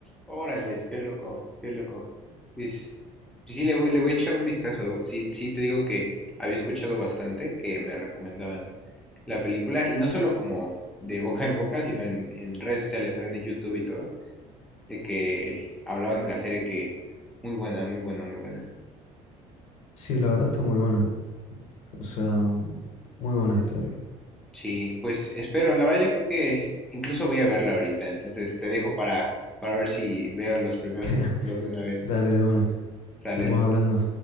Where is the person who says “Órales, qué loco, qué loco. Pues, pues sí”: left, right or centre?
Centre